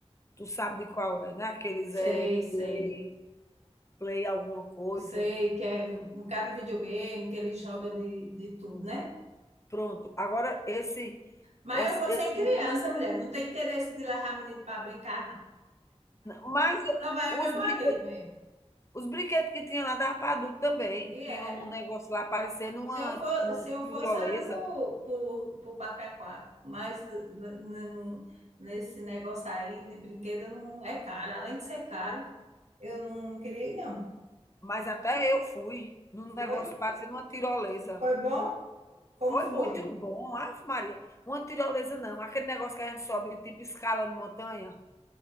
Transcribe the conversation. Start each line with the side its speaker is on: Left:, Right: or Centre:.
Left: Tu sabe de qual é, né? Aqueles
Right: Sei,
Left: é
Right: sei.
Left: play, play alguma coisa.
Right: Sei que é um bocado de videogame, que ele joga de, de tudo, né?
Left: Pronto. Agora, esse,
Right: Mas
Left: esse,
Right: eu vou
Left: esse
Right: sem criança, mulher. Não tem interesse de levar menino para brincar, não.
Left: Mas
Right: Só vai
Left: os
Right: o meu marido
Left: brinquedos,
Right: mesmo.
Left: os brinquedos que tinha lá dava para adulto também.
Right: E
Left: Tinha
Right: era.
Left: um negócio lá parecendo uma,
Right: Se eu for,
Left: uma
Right: se eu
Left: tirolesa,
Right: fosse, era por, por, por Parque Aquático, mas n- n- nesse negócio aí de brinquedo não é caro. Além de ser caro, eu não queria ir, não.
Left: mas até eu fui num
Right: Foi?
Left: negócio parecendo uma tirolesa.
Right: Foi bom? Como
Left: Foi
Right: foi?
Left: muito bom, Ave Maria. Uma tirolesa não, aquele negócio que a gente sobe, tipo escala de montanha.